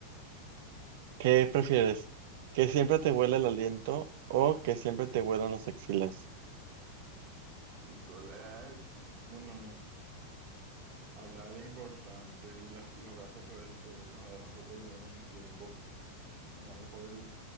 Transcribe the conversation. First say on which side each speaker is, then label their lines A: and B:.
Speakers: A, on the right; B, on the right.
A: ¿qué prefieres? ¿Que siempre te huela el aliento o que siempre te huelan las axilas?
B: Híjole. Bueno, hablar es importante y las- los brazos poder tenerlos abajo por lo menos un tiempo. <laughs> Vamos por el